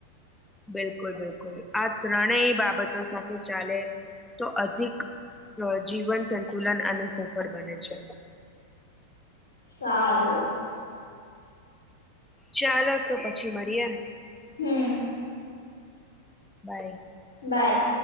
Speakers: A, in the centre; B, on the left (about 70°).
A: બિલકુલ બિલકુલ આ ત્રણેય બાબતો સાથે ચાલે તો અધિક જીવન સંકુલન અને સફળ બને છે.
B: સારું
A: ચાલો તો પછી મળીએે.
B: હમ
A: બાય
B: બાય